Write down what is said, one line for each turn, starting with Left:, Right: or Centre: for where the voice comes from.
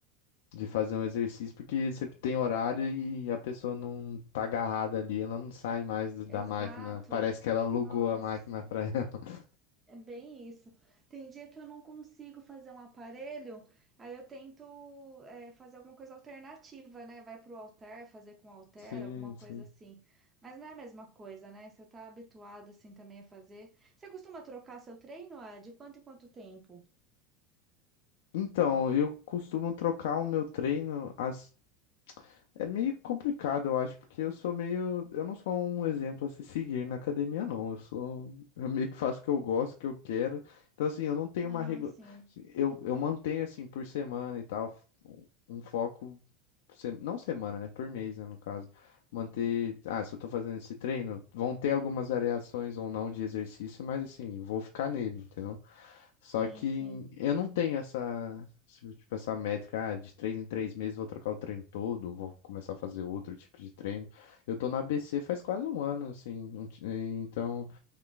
Left: de fazer um exercício porque você tem horário e a pessoa não tá agarrada ali, ela não sai mais do- da
Right: Exato.
Left: máquina. Parece que ela alugou
Right: Nossa.
Left: a máquina pra ela. <laughs>
Right: É bem isso. Tem dia que eu não consigo fazer um aparelho, aí eu tento é, fazer alguma coisa alternativa, né? Vai para o halter, fazer com halter,
Left: Sim,
Right: alguma
Left: sim.
Right: coisa assim. Mas não é a mesma coisa, né? Você tá habituado assim também a fazer. Você costuma trocar seu treino, ah, de quanto em quanto tempo?
Left: Então, eu costumo trocar o meu treino, as É meio complicado, eu acho, porque eu sou meio. Eu não sou um exemplo a se seguir na academia, não. Eu sou. Eu meio que faço o que eu gosto, o que eu quero. Então, assim, eu não tenho
Right: Ah,
Left: uma regra.
Right: sim,
Left: assim, Eu, eu mantenho, assim, por semana e tal, um um foco. se- Não semana, né? Por mês, né? No caso. Manter. Ah, se eu tô fazendo esse treino, vão ter algumas variações ou não de exercício, mas, assim, vou ficar nele, entendeu? Só
Right: sim,
Left: que
Right: sim,
Left: eu não tenho essa, tipo, tipo, essa métrica, ah, de três em três meses vou trocar o treino todo, vou começar a fazer outro tipo de treino. Eu tô na ABC faz quase um ano, assim, um ti- então